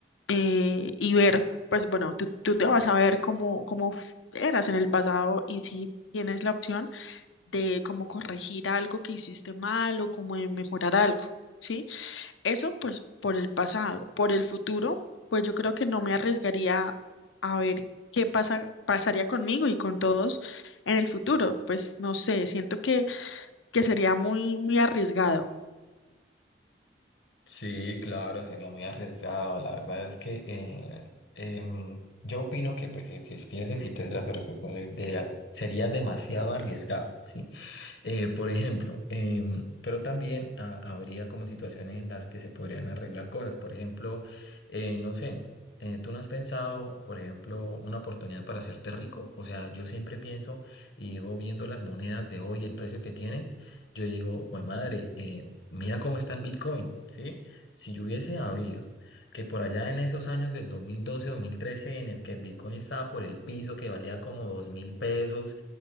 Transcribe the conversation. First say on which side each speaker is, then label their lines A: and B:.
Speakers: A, on the left; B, on the left.
A: Eh, y ver, pues bueno, tú, tú te vas a ver cómo, cómo f- eras en el pasado y si tienes la opción de cómo corregir algo que hiciste mal o cómo de mejorar algo, ¿sí? Eso pues por el pasado, por el futuro, pues yo creo que no me arriesgaría a ver qué pasa, pasaría conmigo y con todos en el futuro. Pues no sé, siento que, que sería muy, muy arriesgado.
B: Sí, claro, sería muy arriesgado. La verdad es que eh, em, yo opino que pues si existiese, si tendría su responsabilidad, sería demasiado arriesgado, ¿sí? Eh, por ejemplo, em, pero también ah, habría como situaciones en las que se podrían arreglar cosas. Por ejemplo, eh, no sé, eh, ¿tú no has pensado, por ejemplo, una oportunidad para hacerte rico? O sea, yo siempre pienso y llego viendo las monedas de hoy, el precio que tienen, yo digo, güey, madre, eh, mira cómo está el Bitcoin, ¿sí? Si yo hubiese habido que por allá en esos años del 2012, 2013, en el que el Bitcoin estaba por el piso, que valía como dos mil pesos,